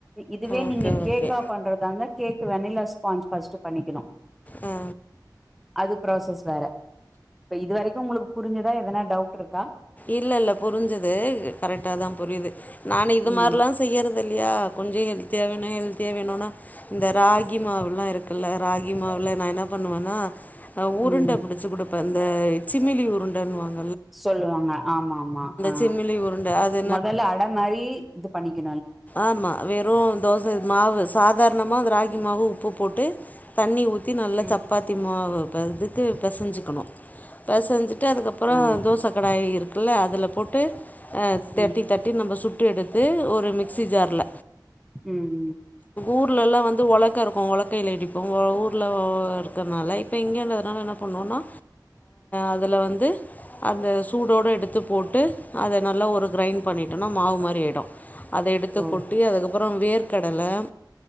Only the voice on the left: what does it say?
ஓகே
ஓகே
ஆ
இல்ல இல்ல புரிஞ்சுது கரெக்டாதான் புரியுது நான இது
மாதிரல்லா செய்யறது இல்லையா கொஞ்சம் ஹெல தேவையான ஹெல்த்தியா வேணும்னா இந்த ராகி மாவு எல்லாம் இருக்குல்ல ராகி மாவுல நான் என்ன பண்ணுவேன்னா உருண்டை
பிடிச்சி கொடுப்பே இந்த சிமிலி உருண்டன்னுுவாங்க
சிமிலி உருண்டை அது
ஆமா வெறும் தோசை மாவு சாதாரண தாகிமாக உப்பு போட்டு தண்ணி ஊற்றி நல்ல
சப்பாத்தி மா இது பெசஞ்சுக்கணும் பெசைஞ்சிட்டு அதுக்கப்புறம்
தோசை கடாய இருக்கு ல அதில் போட்டு தேர்டி
தேர்ட்டி நம்ம சுட்டு எடுத்து ஒரு மிக்சி ஜார்ல
ஊர்ல எல்லாம் வந்து ஒலக்க இருக்கும் ஒலக்கில இடிப்போம் ஊர்ல இருக்கிறதுனால இப்ப இங்கதுனால என்ன பண்ணோன்னா அதில வந்து அந்த சூடோடு எடுத்து போட்டு அதை நல்லா ஒரு கிரைண்ட் பண்ணிட்டோம்னா மாவு மாரி ஆயிடு அதை எடுத்து
கொட்டி அதுக்கப்புறம் வேர்க்கடலை